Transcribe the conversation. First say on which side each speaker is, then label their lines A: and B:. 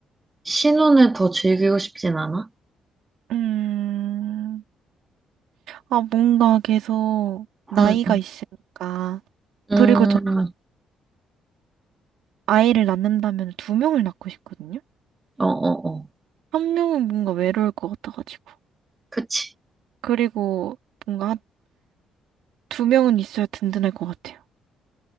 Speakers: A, on the right; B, on the right.
A: 신혼을 더 즐기고 싶진 않아?
B: 음, 아 뭔가 계속 나이가
A: 응, 응.
B: 있으니까
A: 음,
B: 그리고 저 아이를 낳는다면 두 명을 낳고 싶거든요.
A: 어, 어, 어.
B: 한 명은 뭔가 외로울 것 같아가지고
A: 그치,
B: 그리고 뭔가 두 명은 있어야 든든할 것 같아요.